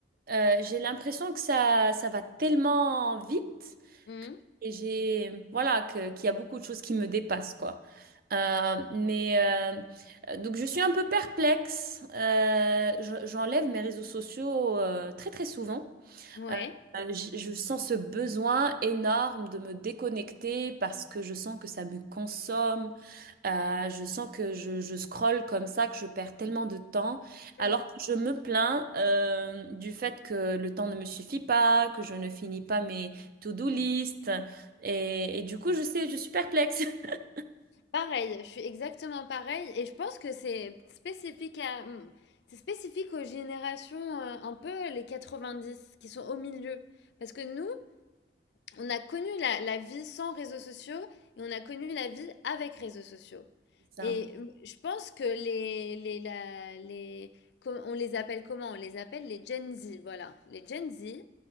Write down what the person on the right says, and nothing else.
Euh, j'ai l'impression que ça, ça va tellement vite
et j'ai, voilà, que- qu'il y a beaucoup de choses qui me dépassent, quoi. Euh, mais euh, euh, donc, je suis un peu perplexe. Euh, je- j'enlève mes réseaux sociaux euh, très, très souvent.
Euh, euh, je je sens ce besoin énorme de me déconnecter parce que je sens que ça me consomme. Euh, je sens que je, je scrolle comme ça, que je perds tellement de temps, alors
que je me plains euh, du fait que le temps ne me suffit pas, que je ne finis pas mes to-do list, et, et du coup, je sais, je suis perplexe. <laughs>
C'est ça.